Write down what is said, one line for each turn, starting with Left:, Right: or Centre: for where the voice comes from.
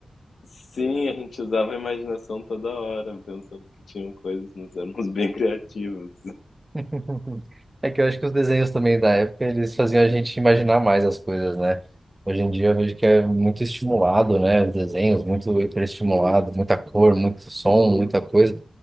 Left: Sim, a gente usava a imaginação toda hora, pensando que tinham coisas, nós éramos bem criativos.
Right: Uhum. É que eu acho que os desenhos também da época, eles faziam a gente imaginar mais as coisas, né? Hoje em dia eu vejo que é muito estimulado, né? Os desenhos, muito hiperestimulado, muita cor, muito som, muita coisa.